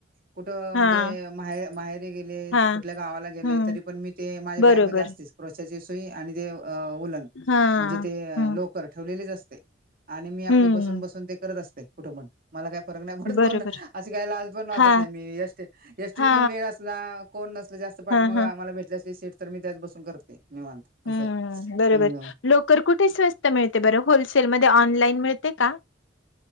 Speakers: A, on the right; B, on the left.
A: कुठ
B: हा
A: म्हणजे माहेर माहेरे गेले
B: हा
A: कुठल्या गावाला गेले
B: हम्म
A: तरी पण मी ते माझ्या
B: बरोबर
A: बॅगमध्ये असतेच क्रोशाची सुई आणि ते उलन
B: हा
A: म्हणजे ते
B: हम्म
A: लोकर ठेवलेली असते आणि मी आपली
B: हम्म
A: ते बसून बसून करत असते कुठ पण मला काय? फरक नाही पडत
B: बरोबर
A: कोण अशी काही लाज पण वाटत
B: हा
A: नाहीये, मी एसटीत
B: हा
A: पण वेळ असला कोण नसल तर जास्त पाठी
B: हा
A: मग
B: हा
A: आम्हाला भेटल्या सीट तर मी त्याच बसून करते. निवांत
B: हम्म
A: असं आहे
B: बरोबर
A: एकदम
B: लोकर कुठे स्वस्त मिळत - ते बरं होलसेलमध्ये ऑनलाईन मिळते का?